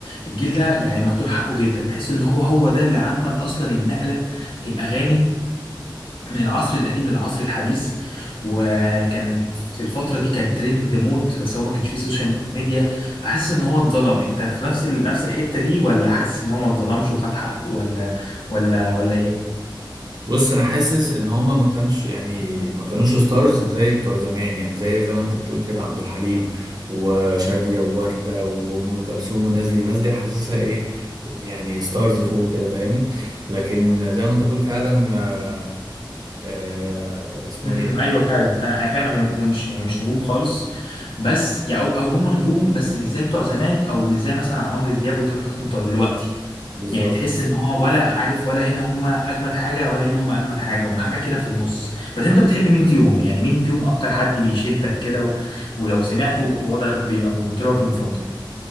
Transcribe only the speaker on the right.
بص انا حاسس ان هما ما كانش يعني ما كانوش ستارز زي بتوع زمان يعني زي زي ما انت بتقول كده عبد الحليم وشادية ووردة وام كلثوم والناس دي الناس دي حاسسها ايه يعني ستارز فوق كده فاهمني لكن زي ما انت بتقول فعلا آه آه اسمه
ايه
بالظبط